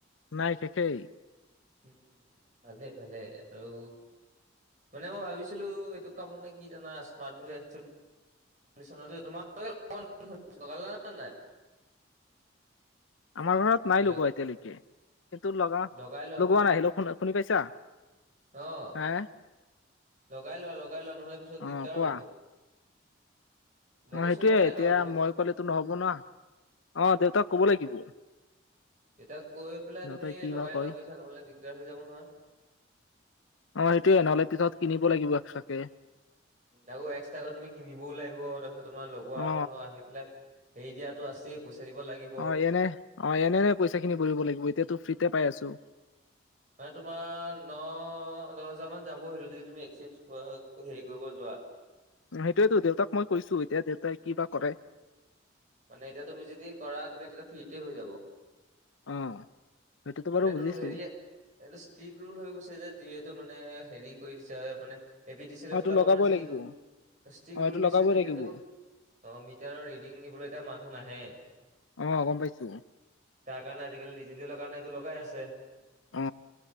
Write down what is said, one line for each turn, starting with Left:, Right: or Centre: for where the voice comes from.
Left: নাই শেষেই
Right: উম, ভালেই ভালেই আৰু মানে মই ভাবিছিলো এইটো কাম মানে কি জানা স্মাৰ্ট মিটাৰ <unintelligible>
Left: আমাৰ ঘৰত নাই
Right: হেল্ল'
Left: লগোৱা এতিয়ালৈকে, কিন্তু লগা,
Right: লগাই লোৱা
Left: লগোৱা
Right: বুইছ
Left: নাহিলে শু শুনি পাইছা?
Right: অ',
Left: হে
Right: লগাই লোৱা লগাই লোৱা নহ'লে পিছত
Left: অ
Right: দিগদাৰ
Left: কোৱা
Right: হ'ব। মই
Left: অ',
Right: কৈছো
Left: সেইটোৱে
Right: লগাই
Left: এতিয়া
Right: লোৱা বোলো
Left: মই কলেতো নহব না অ, দেউতাক কব লাগিব।
Right: দেতাক কৈ পেলাই
Left: দেউতাই
Right: তুমি
Left: কি
Right: লগাই
Left: বা কয়
Right: লোৱা বুইছা। নহ'লে দিগদাৰ হৈ যাব নহয়।
Left: অ সেইটোৱে, নহ'লে পিছত কিনিব লাগিব এক্সট্ৰাকে।
Right: আকৌ এক্সট্ৰাকৈ তুমি কিনিবও লাগিব। তাৰপিছত তোমাৰ লগোৱা
Left: অ
Right: মানুহ আহি পেলাই এৰি দিয়াটো আছেই। পইচা দিব লাগিব।
Left: অ এয়েনে অ এনে-এনে পইচা খিনি ভৰিব লাগিব, এতিয়াতো ফ্ৰীতে পাই আছো।
Right: মানে তোমাৰ ন, দছ হেজাৰমান যাব সেইটো যদি তুমি এক্সচেঞ্জ হেৰি কৰিব যোৱা।
Left: সেইটোৱেটো দেউতাক মই কৈছো। এতিয়া দেউতাই কি বা কৰে?
Right: মানে এতিয়া তুমি যদি কৰা তুমি তেতিয়া ফ্ৰীতে হৈ যাব।
Left: অ। সেইটোতো বাৰু
Right: মানে
Left: বুজিছো
Right: তোৰ হেৰিয়ে এইটো ষ্ট্ৰিক ৰোল হৈ গৈছে যে। যিহেতু মানে হেৰি কৰি দিছে মানে এ পি ডি চি এলৰ
Left: অ এইটো
Right: ফালৰ
Left: লগাবই
Right: পৰা মানে ষ্টিক
Left: লাগিব
Right: ৰোল, ষ্টিক
Left: অ এইটো
Right: ৰোল
Left: লগাবই
Right: দিছে। যিহেতু
Left: লাগিব
Right: অ মিটাৰৰ ৰিডিং নিবলৈ এতিয়া মানুহ নাহে।
Left: অ গম পাইছো।
Right: তাৰ কাৰণে আজি-কালি ডিজিটেলৰ কাৰণে এইটো লগাই আছে।
Left: অ।